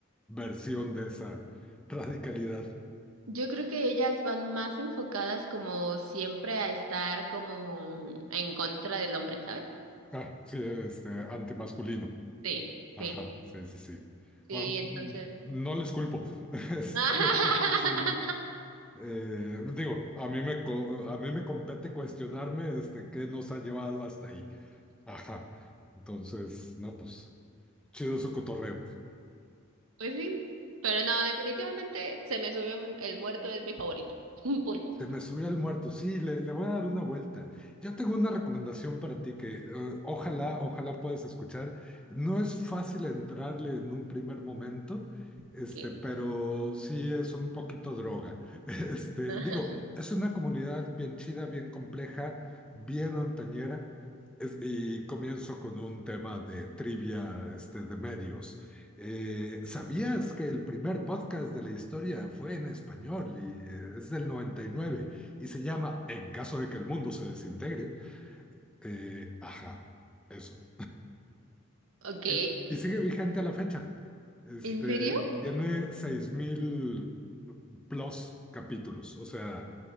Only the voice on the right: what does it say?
Yo creo que ellas van más enfocadas como siempre a estar como en contra del hombre, ¿sabes?
Sí,
sí,
sí,
entonces.
<laughs>
Pues sí, pero no, definitivamente se me subió mi- el muerto, es mi favorito. <laughs> Punto.
Okay.
Ajá.
Ok.
¿En serio?